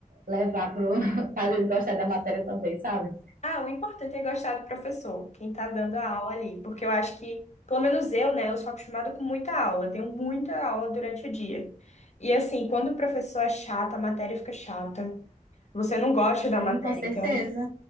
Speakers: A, on the right (about 85°); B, on the left (about 50°).
A: levar pro. <laughs> fazer eles gostar da matéria também, sabe?
B: Ah, o importante é gostar do professor, quem tá dando a aula ali, porque eu acho que, pelo menos eu, né, eu sou acostumada com muita aula, tenho muita aula durante o dia. E assim, quando o professor é chato, a matéria fica chata. Você não gosta da
A: Sim,
B: matéria,
A: com certeza.
B: então,